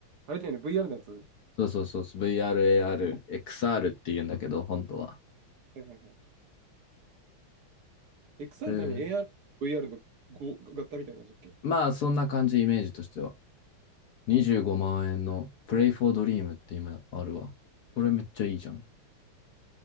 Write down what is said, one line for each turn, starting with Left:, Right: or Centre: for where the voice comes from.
Right: あれだよね、VR のやつは
Left: そうそうそうそう、VR、AR、XR って言うんだけど、本当は。
Right: いはいはい。XR
Left: えー
Right: 何 ?AR、VR のご合体みたいな感じだっけ
Left: まあ、そんな感じ、イメージとしては。25万円の Play for Dream って今あるわ。これめっちゃいいじゃん。